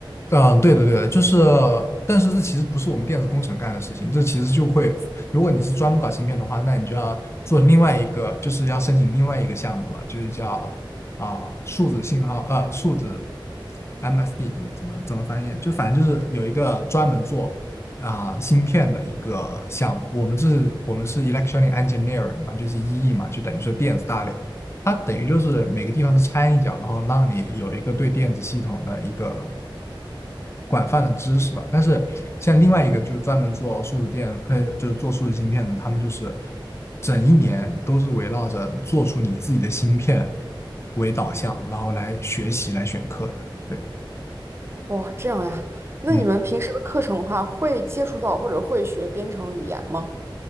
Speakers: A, on the left; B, on the right.
A: 嗯，对的，对的，就是，但是这其实不是我们电子工程干的事情，这其实就会，如果你是专门搞芯片的话，那你就要做另外一个，就是要申请另外一个项目了，就是叫啊、数字信号，呃，数字 MSD，就是怎么怎么翻译，就反正就是有一个专门做啊、芯片的一个项目，我们是，我们是 electronic engineering 嘛，就是 EE 嘛，就等于说电子大类。它等于就是每个地方都掺一脚，然后让你有一个对电子系统的一个广泛的知识吧。但是像另外一个就是专门做数字电，呃，就是做数字芯片的，他们就是整一年都是围绕着做出你自己的芯片为导向，然后来学习来选课的。对，
B: 哇、这样呀，那你们平时的课程的话，
A: 嗯，
B: 会接触到或者会学编程语言吗？